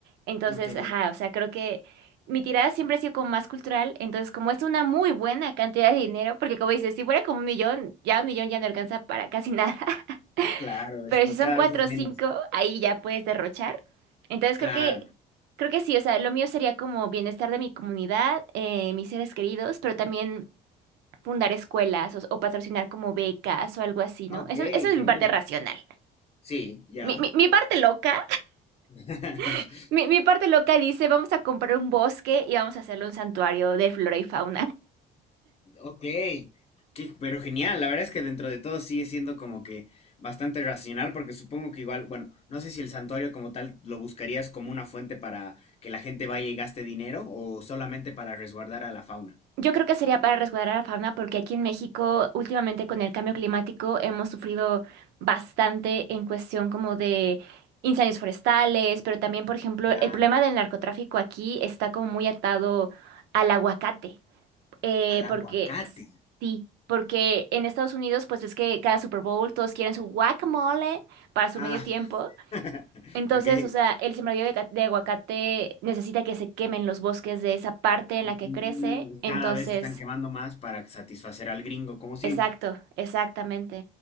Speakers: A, on the right; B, on the left.
A: Entonces,
B: Ok,
A: ajá, o sea, creo que mi tirada siempre ha sido como más cultural, entonces como es una muy buena cantidad de dinero, porque como dices, si fuera como un millón, ya un millón ya no alcanza para casi nada, <laughs>
B: claro,
A: pero
B: es, pa-
A: si son
B: cada
A: cuatro
B: vez es
A: o
B: menos.
A: cinco, ahí ya puedes derrochar. Entonces creo
B: Claro.
A: que, creo que sí, o sea, lo mío sería como bienestar de mi comunidad, eh, mis seres queridos, pero también fundar escuelas o, o patrocinar como becas o algo así, ¿no?
B: Ah, Ok,
A: Esa, esa
B: genial.
A: es mi parte racional.
B: Sí, ya.
A: Mi, mi, mi parte loca,
B: <laughs>
A: <laughs> mi, mi parte loca dice, vamos a comprar un bosque y vamos a hacerle un santuario de flora y fauna.
B: Ok, qué- pero genial, la verdad es que dentro de todo sigue siendo como que bastante racional, porque supongo que igual, bueno, no sé si el santuario como tal lo buscarías como una fuente para que la gente vaya y gaste dinero o solamente para resguardar a la fauna.
A: Yo creo que sería para resguardar a la fauna porque aquí en México últimamente con el cambio climático hemos sufrido bastante en cuestión como de incendios forestales, pero también, por ejemplo,
B: Claro,
A: el problema del narcotráfico aquí está como muy atado al aguacate, eh,
B: al aguacate.
A: porque s- sí, porque en Estados Unidos pues es que cada Super Bowl todos quieren su guacamole para su
B: Ah,
A: medio tiempo,
B: <laughs>
A: entonces,
B: ok.
A: o sea, el sembradío de, ca- de aguacate necesita que se quemen los bosques de esa parte en
B: Mm,
A: la que crece, entonces...
B: Cada vez están quemando más para satisfacer al gringo, como siempre.
A: Exacto, exactamente.